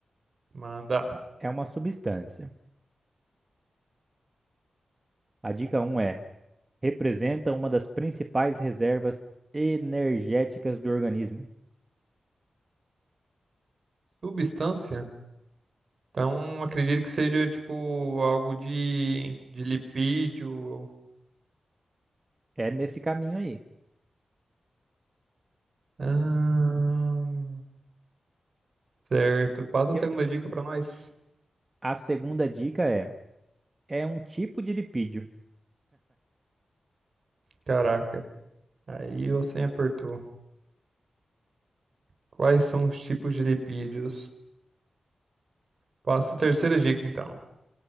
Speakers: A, on the right; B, on the right.
A: Manda.
B: É uma substância. A dica um é: representa uma das principais reservas energéticas do organismo.
A: Substância? Então, acredito que seja tipo algo de, de lipídio.
B: É nesse caminho aí.
A: Ahn, certo. Passa
B: Eu-
A: a segunda dica pra nós.
B: a segunda dica é: é um tipo de lipídio.
A: Caraca, aí você me apertou. Quais são os tipos de lipídios? Passa a terceira dica, então.